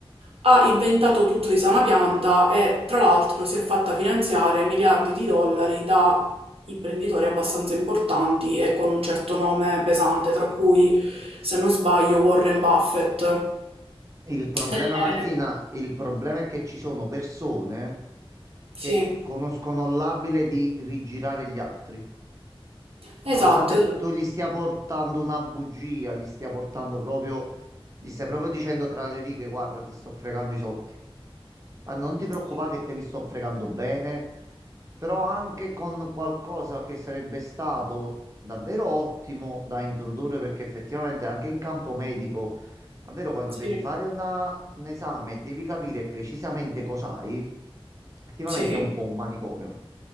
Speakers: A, on the right; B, on the right.
A: ha inventato tutto di sana pianta e tra l'altro si è fatta finanziare miliardi di dollari da imprenditori abbastanza importanti e con un certo nome pesante, tra cui, se non sbaglio, Warren Buffett.
B: Il problema,
A: Eh,
B: Martina, il problema è che ci sono persone
A: sì,
B: che conoscono l'abile di rigirare gli altri.
A: esatto,
B: Nonostante
A: esatto.
B: tu gli stia portando una bugia, gli stia portando proprio, gli stai proprio dicendo tra le righe, guarda, ti sto fregando i soldi. Ma non ti preoccupare
A: Sì,
B: che te li sto fregando bene però anche con qualcosa che sarebbe stato davvero ottimo da introdurre perché effettivamente anche in campo medico, davvero quando
A: sì,
B: devi fare una- un esame, e devi capire precisamente cos'hai, effettivamente
A: sì.
B: è un po' un manicomio.